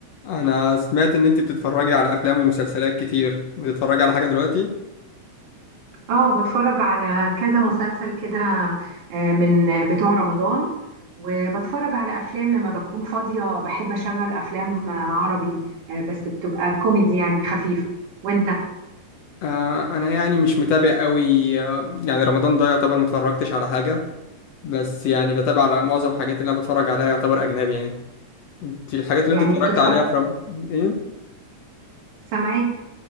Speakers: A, on the left; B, on the right.
A: انا سمعت ان انت بتتفرجي على افلام ومسلسلات كتير بتتفرجي على حاجه دلوقتي
B: اه بتفرج على كذا مسلسل كده آه، من بتوع رمضان وبتفرج على افلام لما بكون فاضية بحب اشغل افلام آه، عربي آه، بس بتبقى كوميدي يعني خفيفة وانت
A: آه انا يعني مش متابع قوي آه يعني رمضان ده يعتبر ما اتفرجتش على حاجه بس يعني بتابع على معظم الحاجات اللي انا بتفرج عليها يعتبر اجنبي يعني انت الحاجات اللي
B: يعني
A: انت اتفرجت
B: بتتفرج
A: عليها في رم... ايه
B: سامعيك